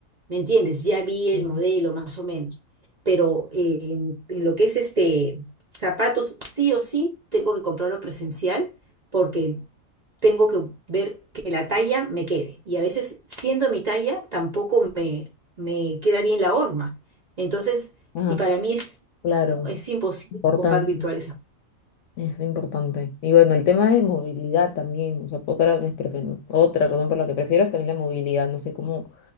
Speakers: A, on the right; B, on the left.
A: ¿me entiendes? Ya vi
B: Mm.
A: el modelo más o menos. Pero eh, en, en lo que es este zapatos, sí o sí tengo que comprarlo presencial porque tengo que ver que la talla me quede. Y a veces, siendo mi talla, tampoco me, me queda bien la horma. Entonces,
B: Ah,
A: y para mí es,
B: claro.
A: es imposible
B: Importante.
A: comprar virtuales.
B: Es importante. Y bueno, el tema de movilidad también, o sea, otra, de mis prefe- otra razón por la que prefiero es también la movilidad. No sé cómo,